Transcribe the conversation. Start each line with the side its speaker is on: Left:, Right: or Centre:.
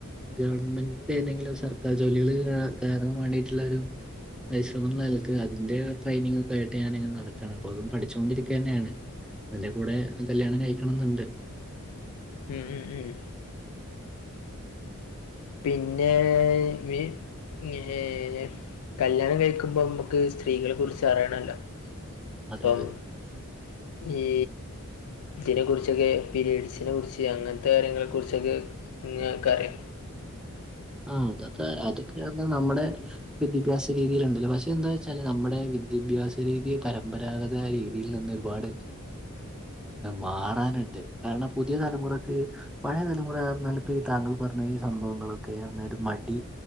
Centre: ഗവൺമെന്റ് ഏതെങ്കിലും സർ ക്കാർ ജോലികള് കയറാൻ വേണ്ടിട്ടുള്ളരു പരിശ്രമങ്ങൾ ആൾക്കാണ് അതിന്റെ ട്രെനിങ്ങ ഒക്ക ആയിട്ട് ഞാനങ്ങനെ നടക്കണ അപ്പൊ അതും പഠിച്ചുണ്ടിരിക്ക ന്നെയാണ് കൂടെ കല്യാണം കഴിക്കണം ന്നുണ്ട്
Left: ഉം ഉം ഉം പിന്നേ വി ഹേ കല്യാണം കഴിക്കുമ്പോ നമ്മുക്ക് സ്ത്രീകളെ കുറിച്ച് അറിയണല്ലോ ഇപ്പം
Centre: അതെ അതെ.
Left: ഈ ഇതിനെക്ക കുറിച്ചൊക്കെ പീരീഡ്സിനെ കുറിച്ച് അങ്ങനത്തെ കാര്യങ്ങളെക്ക കുറിച്ചൊക്കെ ഇങ്ങക്കെ അറിയോ
Centre: ആ അതൊക്കെ അതൊക്കെ പറഞ്ഞ നമ്മുടെ വിദ്യാഭ്യാസ രീതിയൽണ്ടല്ലോ പക്ഷെ എന്താ വച്ചാല് നമ്മുടെ വിദ്യാഭ്യാസ രീതി പരമ്പരാഗത രീതിയിൽ നിന്ന് ഒരുപാട് മാറാനുണ്ട് കാരണം പുതിയ തലമുറക്ക് പഴയ തലമുറ <unintelligible> താങ്കൾ പറഞ്ഞ ഈ സംഭവങ്ങളൊക്കെ പറഞ്ഞ ഒരു മടി